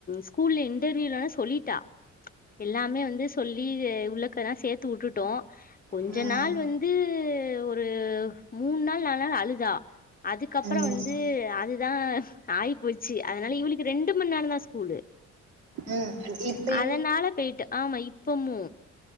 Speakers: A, on the left; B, on the right.
A: ஸ்கூல்ல இன்டர்வியூலலா சொல்லிட்டா எல்லாமே வந்து சொல்லி உள்ளக்கதா சேத்து வுட்டுட்டோம் கொஞ்ச
B: ம்
A: நாள் வந்து ஒரு மூண் நாள் நாலு நாள் அழுதா அதுக்கப்புறம்
B: ம்
A: வந்து அதுதா ஆயி போச்சு அதனால இவளுக்கு ரெண்டு மண் நேரம் தா ஸ்கூலு
B: உம் சுதீப்
A: அதனால பேயிட்டு ஆமா இப்பமு